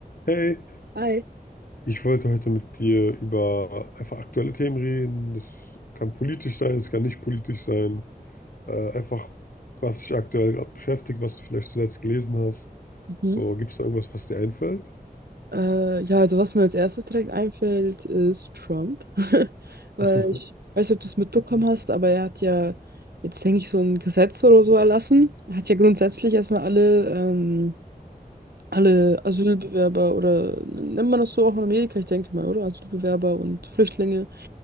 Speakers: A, on the left (about 65°); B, on the right (about 85°).
A: Hey,
B: Hi.
A: ich wollte heute mit dir über einfach aktuelle Themen reden. Das kann politisch sein, es kann nicht politisch sein. Äh, einfach, was dich aktuell gerade beschäftigt, was du vielleicht zuletzt gelesen hast.
B: Mhm.
A: So, gibt es da irgendwas, was dir einfällt?
B: Äh, ja, also was mir als erstes direkt einfällt, ist Trump. <laughs> Weil
A: <laughs>
B: ich weiß nicht, ob du es mitbekommen hast, aber er hat ja jetzt, denke ich, so ein Gesetz oder so erlassen. Er hat ja grundsätzlich erstmal alle, ähm, alle Asylbewerber oder nennt man das so auch in Amerika, ich denke mal, oder? Asylbewerber und Flüchtlinge